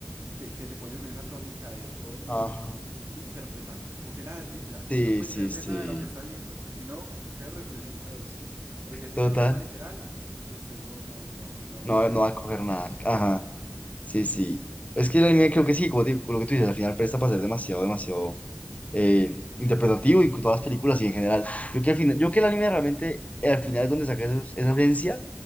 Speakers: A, on the right; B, on the left.
A: que, que se ponen en esa tónica de todo muy
B: ajá,
A: interpretar, que, como que nada es literal.
B: sí,
A: Usted no puede
B: sí,
A: creerse
B: sí.
A: nada de lo que está viendo, sino qué representa esto, porque si
B: Total,
A: se lo toma literal, usted no, no, no, no,
B: no,
A: no
B: no
A: puede
B: va
A: hacer
B: a coger
A: nada
B: nada.
A: al respecto.
B: Ajá,
A: Ajá,
B: sí, sí. Es que el anime creo que sí, como te digo, lo que tú dices, al final presta para ser demasiado, demasiado eh, interpretativo y con todas las películas y en general. Yo que al final, yo que el anime realmente, eh, al final es donde saca esos- esa esencia